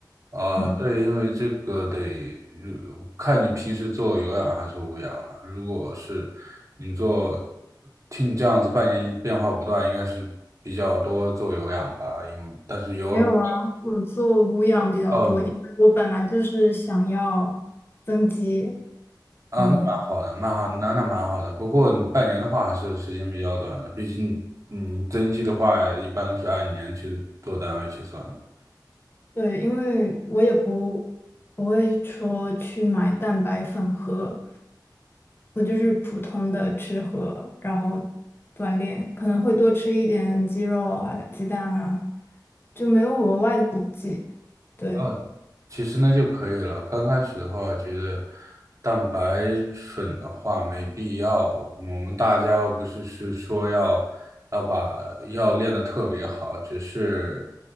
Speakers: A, on the right (about 45°); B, on the left (about 30°).
A: 啊，
B: 嗯，
A: 对，因为这个得呃看你平时做有氧还是无氧了。如果是你做，听你这样子半年一变化不断，应该是比较多做有氧吧，因为但是有，
B: 没有啊，我做无氧比较多，
A: 哦，
B: 因为我本来就是想要增肌。
A: 啊，
B: 嗯，
A: 那蛮好的，蛮好，那那蛮好的。不过你半年的话，还是时间比较短的，毕竟，嗯，增肌的话，一般都是按年去做单位去算的。
B: 对，因为我也不不会说去买蛋白粉喝，我就是普通的吃喝，然后锻炼，可能会多吃一点鸡肉啊、鸡蛋啊，就没有额外的补剂。对。
A: 哦，其实那就可以了。刚开始的话，我觉得蛋白粉的话没必要。我们大家又不是是说要要把要练得特别好，只是